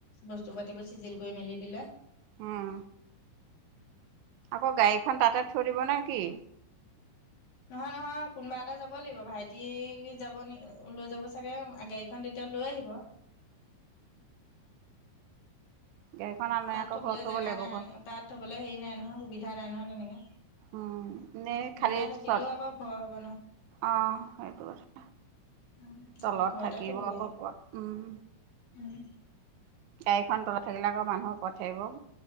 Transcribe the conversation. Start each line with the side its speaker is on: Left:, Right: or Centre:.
Left: বস্তু পাতিবোৰ চিজিল কৰি মেলি দিলে
Right: উম। আকৌ গাড়ীখন তাতে থৈ দিব নে কি?
Left: নহয় নহয় কোনোবা এটা যাবই লাগিব ভাইটি যাব নি লৈ যাব চাগে গাড়ীখন তেতিয়া এতিয়া লৈ আহিব।
Right: গাড়ীখন আনে
Left: তাত
Right: আকৌ
Left: থবলৈ
Right: ঘৰত থ'ব
Left: জেগা
Right: লাগিব
Left: নাই
Right: ঘৰত
Left: তাত থবলৈ হেৰি নাই নহয় সুবিধা নাই নহয় তেনেকে।
Right: উম নে
Left: সুবিধা
Right: খালি
Left: থাকিলেও
Right: চত
Left: আকৌ ভয় হ'ব
Right: অ'! সেইটো কথা।
Left: নহয়
Right: তলত
Left: ঘৰতে
Right: থাকিব
Left: থব গাড়ী
Right: ক'ত উম
Left: উম,
Right: গাড়ীখন তলত থাকিলে আকৌ মানুহ ওপৰত থাকিব